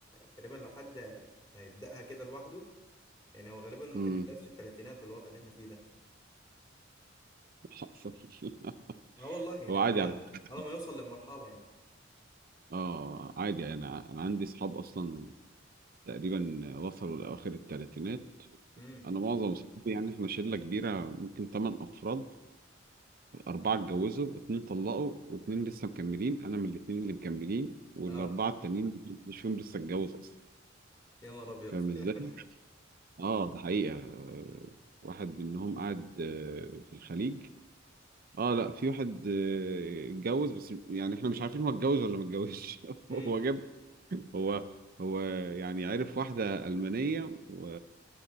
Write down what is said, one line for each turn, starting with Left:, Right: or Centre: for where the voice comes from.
Left: تقريبا لو حد هيبدأها كده لوحده يعني هو غالبا ممكن
Right: مم.
Left: هيتجوز في التلاتينات بالوضع اللي إحنا فيه ده
Right: حصل. <laughs>
Left: أه والله يعني
Right: هو
Left: على
Right: عادي على فكره
Left: على ما يوصل للمرحلة يعني
Right: اه عادي انا انا عندي اصحاب اصلا تقريبا وصلوا لاواخر الثلاثينات
Left: امم
Right: انا معظم اصحابي يعني احنا شله كبيره ممكن ثمان افراد أربعة اتجوزوا اتنين طلقوا واتنين لسه مكملين أنا من الاتنين اللي مكملين والأربعة
Left: أه
Right: التانيين مش فيهم لسه اتجوز أصلا
Left: يا نهار أبيض
Right: فاهم إزاي؟
Left: <laughs>
Right: آه ده حقيقة آه، واحد منهم قاعد آه، في الخليج آه لا في واحد آه، اتجوز بس يعني إحنا مش عارفين هو اتجوز ولا ما اتجوزش <laughs>
Left: امم
Right: هو جاب هو هو يعني عرف واحدة ألمانية و